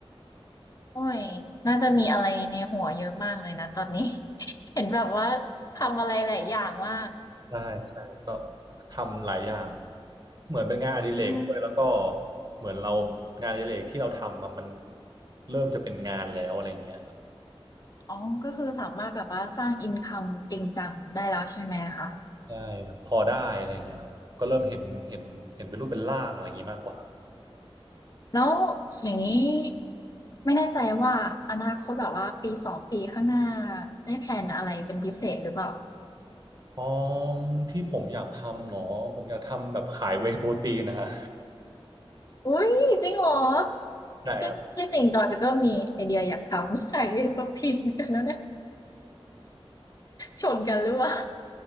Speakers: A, on the left; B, on the right.
A: โอ้ยน่าจะมีอะไรในหัวเยอะมากเลยนะตอนนี้ <laughs> เห็นแบบว่าทำอะไรหลายอย่างว่าก
B: ใช่ใช่ทำหลายอย่างเหมือนเป็นงานอดิเรกด้วยแล้วก็
A: อืม
B: เหมือนเรางานอดิเรกที่เราทำอะมันเริ่มจะเป็นงานแล้วอะไรอย่างเงี้ยครับ
A: อ๋อก็คือสามารถแบบว่าสร้างอินคัมจริงจังได้แล้วใช่ไหมคะ
B: ใช่ครับพอได้อะไรอย่างเงี้ยครับก็เริ่มเห็นเห็นเห็นเป็นรูปเป็นร่างอะไรอย่างงี้มากกว่า
A: แล้วอย่างนี้ไม่แน่ใจว่าอนาคตแบบว่าปีสองปีข้างหน้าได้แผนอะไรเป็นพิเศษหรือเปล่า
B: อ๋อที่ผมอยากทำเหรอผมอยากทำแบบขายเวย์โปรตีนนะฮะ
A: อุ้ยจริงเหรอ
B: ใช่ครับ
A: ที่ที่จริงจอยก็มีไอเดียอยากทำ <laughs> ขายเวทีเหมครับทอนกันแล้วเนี่ย ชนกันหรือเปล่า